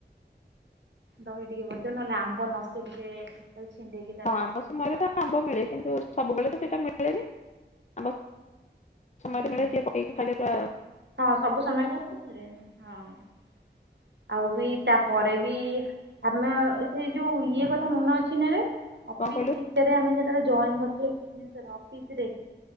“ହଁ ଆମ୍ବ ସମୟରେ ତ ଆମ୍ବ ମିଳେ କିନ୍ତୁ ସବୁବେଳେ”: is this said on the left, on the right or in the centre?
Left